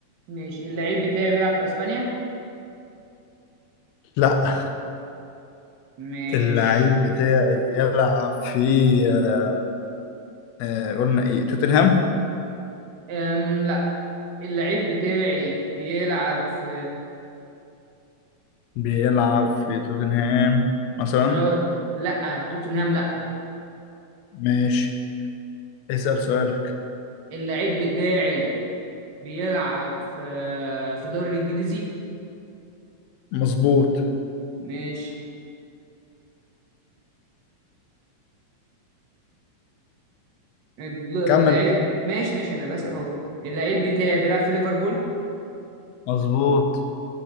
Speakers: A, on the right; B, on the left.
A: ماشي اللعيب بتاعي بيلعب في اسبانيا
B: لا
A: مش
B: اللعيب بتاعي بيلعب في آه آه، قلنا ايه توتنهام
A: أم لا اللعيب بتاعي بيلعب في
B: بيلعب في توتنهام مثلا
A: انا قلت لا توتنهام لا
B: ماشي اسأل سؤالك
A: اللعيب بتاعي بيلعب في في الدوري الانجليزي
B: مظبوط
A: ماشي اللعيب
B: كمل
A: ماشي ماشي انا بسأل اهو اللعيب بتاعي بيلعب في ليفربول
B: مظبوط